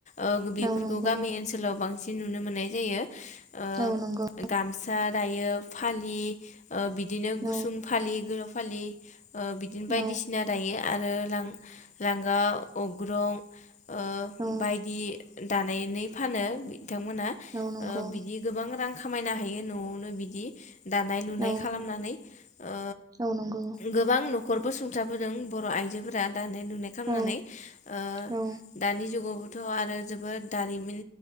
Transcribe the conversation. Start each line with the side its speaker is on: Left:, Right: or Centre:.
Left: ओ बेफोरखौ
Right: औ नंगौ
Left: गामि ओनसोलाव बां सिन नुनो मोननाय जायो। ओ
Right: औ नंगौ
Left: गामसा दायो फालि ओ बिदिनो गुसुं
Right: औ
Left: फालि गोला फालि ओ बिदिनो बायदिसिना
Right: औ
Left: दायो। आरो लां लांगा अग्रं ओ
Right: औ
Left: बायदि दानाय एनै फानो। बिथांमोना
Right: औ नंगौ
Left: ओ बिदि गोबां रां खामायनो हायो न'आवनो बिद दि दानाय लुनाय
Right: औ
Left: खालामनानै ओ
Right: औ नंगौ
Left: गोबां नख खरबो सुंथाबोदों बर' आइजोफोरा दानाय लुनाय खालामनानै
Right: औ
Left: ओ
Right: औ
Left: दानि जुगाव थ' आरो जोबोद दारिमिन